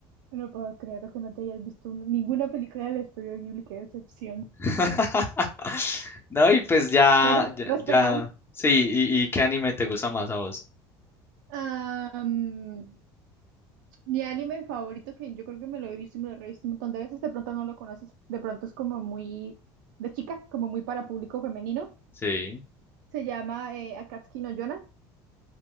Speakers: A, on the right (about 85°); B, on the left (about 20°).
A: No puedo creer que no te hayas visto un- ninguna película del Estudio Ghibli, qué decepción.
B: <laughs> No, y pues ya,
A: Bueno,
B: ya,
A: respetable.
B: ya. Sí, ¿y, y qué anime te gusta más a vos?
A: Ah, mm, mi anime favorito, que yo creo que me lo he visto y me lo he visto un montón de veces, de pronto no lo conoces, de pronto es como muy de chica, como muy para público femenino.
B: Sí.
A: Se llama eh, Akatsuki no Yona,